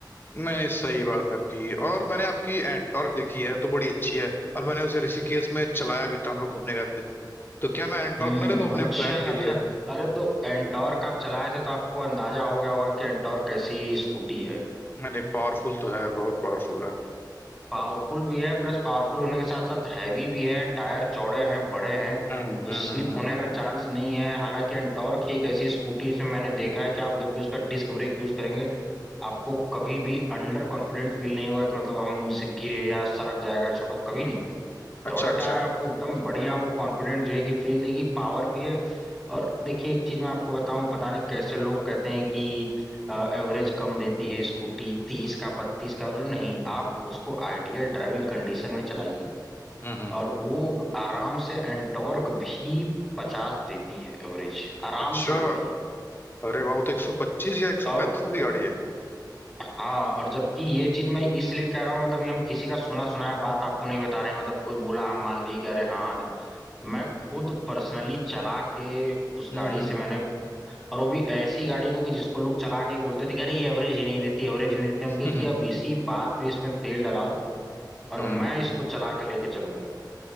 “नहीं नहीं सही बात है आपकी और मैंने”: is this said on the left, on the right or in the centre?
Left